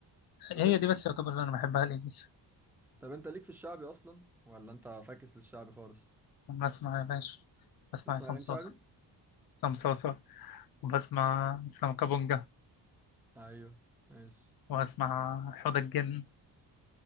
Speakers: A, in the centre; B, on the left.
A: طب
B: هي
A: انت
B: دي بس يعتبر اللي أنا بحبها لإليس
A: طب انت ليك في الشعبي اصلا ولا انت فاكس للشعبي خالص
B: بسمع يا باشا بسمع
A: بتسمع
B: عصام
A: اغاني
B: صاصا
A: شعبي
B: عصام صاصا وبسمع إسلام كابونجا
A: ايوه ماشي
B: واسمع حوض الجن